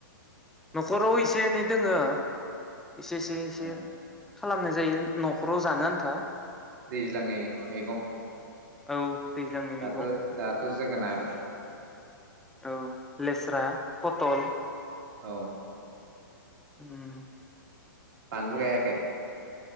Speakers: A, in the centre; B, on the right.
A: न'खराव एसे एनै दोङो एसे एसे एसे
B: ओ
A: खालामनाय जायो न'खराव जानो आन्था
B: दैज्लांनि मैगं
A: औ दैज्लांनि
B: दाथ'
A: मैगं
B: दाथ' जोगोनार <unintelligible>
A: औ लेस्रा पटल
B: औ
A: उम
B: बानलु गायाखै